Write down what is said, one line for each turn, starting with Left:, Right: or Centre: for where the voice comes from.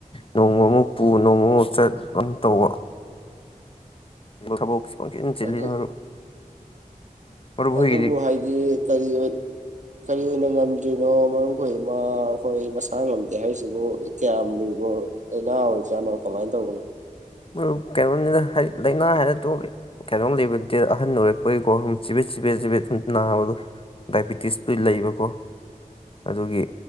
Left: ꯅꯣꯡꯃꯃꯨꯛ ꯄꯨ ꯅꯣꯡꯃꯃꯨꯛ ꯆꯠ ꯇꯧꯕ ꯊꯕꯛ ꯄꯪ ꯆꯤꯟ ꯆꯤꯜꯂ‌ꯦꯅ‌ꯦ
Right: ꯑꯗꯨ
Left: ꯃꯔꯨꯞ ꯃꯔꯨꯞ
Right: ꯑꯗꯨꯕꯨ
Left: ꯍꯣꯏꯒꯤꯗꯤ
Right: ꯍꯥꯏꯗꯤ ꯀꯔꯤ ꯑꯣꯏ ꯀꯔꯤ ꯑꯣꯏꯅ ꯉꯝꯗ꯭ꯔꯤꯅꯣ ꯃꯔꯨꯞ ꯈꯣꯏ ꯏꯃꯥ ꯈꯣꯏ ꯃꯁꯥ ꯉꯝꯗꯦ ꯍꯥꯏꯔꯤꯁꯤꯕꯨ ꯀꯌꯥꯝ ꯂꯨꯕ <unintelligible> ꯑꯣꯏ ꯆꯅꯣ ꯀꯃꯥꯏꯅ ꯇꯧꯕꯅꯣ
Left: ꯃꯔꯨꯞ ꯀꯩꯅꯣꯅꯤꯗ ꯂꯥꯏꯅꯥ ꯍꯥꯏꯔ ꯇꯣꯛꯈꯤ ꯀꯩꯅꯣꯝ ꯂꯩꯕ ꯅꯠꯇꯦ ꯑꯍꯟ ꯑꯣꯏꯔꯛꯄꯒꯤꯀꯣ ꯆꯤꯕꯦꯠ ꯆꯤꯄꯦꯠ ꯆꯤꯄꯦꯠ ꯑꯗꯨ ꯅꯥꯕꯗꯣ ꯗꯥꯏꯕꯤꯇꯤꯁꯇꯤ ꯂꯩꯕꯀꯣ ꯑꯗꯨꯒꯤ